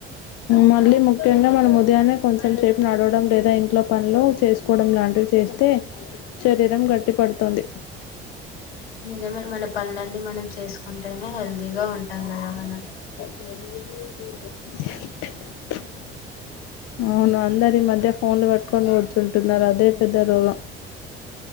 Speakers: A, on the left; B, on the left.
A: మళ్ళీ ముఖ్యంగా మనం ఉదయానే కొంచెం సేపు నడవడం లేదా ఇంట్లో పనులు చేసుకోవడం లాంటివి చేస్తే శరీరం గట్టి పడుతుంది
B: నిజమే మన పనులన్నీ మనం చేసుకుంటేనే హెల్దీగా ఉంటాం కదా మనం
A: <inaudible> అవును అందరూ ఈ మధ్య ఫోన్లు పట్టుకొని కూర్చో టున్నారు అదే పెద్ద రోగం